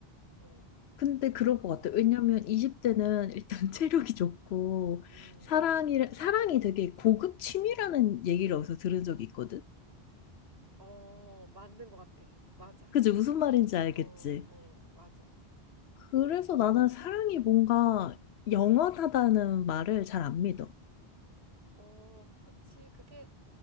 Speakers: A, on the right; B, on the left.
A: 어.
B: 근데 그럴
A: 그,
B: 것 같아요. 왜냐면 20대는 일단 <laughs> 체력이 좋고
A: 음,
B: 사랑이 사랑이 되게 고급 취미라는 얘기를 어디서 들은 적이 있거든.
A: 어, 맞는 것 같아. 맞아.
B: 그지 무슨
A: 어,
B: 말인지 알겠지?
A: 어, 어, 맞아.
B: 그래서
A: 어,
B: 나는 사랑이 뭔가 영원하다는 말을 잘 안 믿어.
A: 어, 그치. 그게,